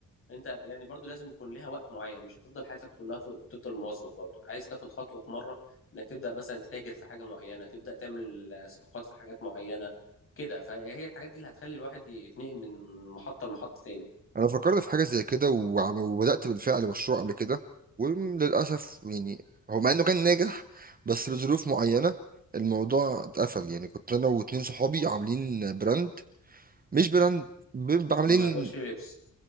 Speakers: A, on the left; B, on the right.
A: انت يعني برضو لازم يكون ليها وقت معين مش هتفضل حياتك كلها تفضل موظف برضو عايز تاخد خطوة في مرة انك تبدأ مثلا تتاجر في حاجة معينة تبدأ تعمل صفقات في حاجات معينة كده فهي الحاجات دي اللي هتخلي الواحد يتنقل من محطة لمحطة تاني
B: انا فكرت في حاجه زي كده وعم- وبدات بالفعل مشروع قبل كده وللاسف يعني هو مع انه كان ناجح بس لظروف معينه الموضوع اتقفل يعني كنت انا واتنين صحابي عاملين براند مش براند ب- عاملين
A: ما تقولش لبس